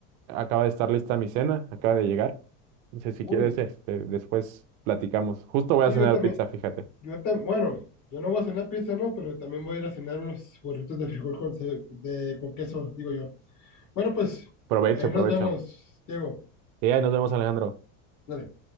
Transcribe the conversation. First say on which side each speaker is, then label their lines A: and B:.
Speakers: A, on the right; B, on the left.
A: acaba de estar lista mi cena, acaba de llegar. Entonces, si
B: Uy,
A: quieres, este, después platicamos. Justo voy
B: sí,
A: a cenar
B: yo también,
A: pizza, fíjate.
B: yo tam bueno, yo no voy a cenar pizza, no, pero también voy a ir a cenar unos burritos de frijol con, ce- de, con queso, digo yo. Bueno, pues
A: Provecho,
B: ahí nos
A: provecho.
B: vemos, Diego.
A: Sí, ahí nos vemos, Alejandro.
B: Dale.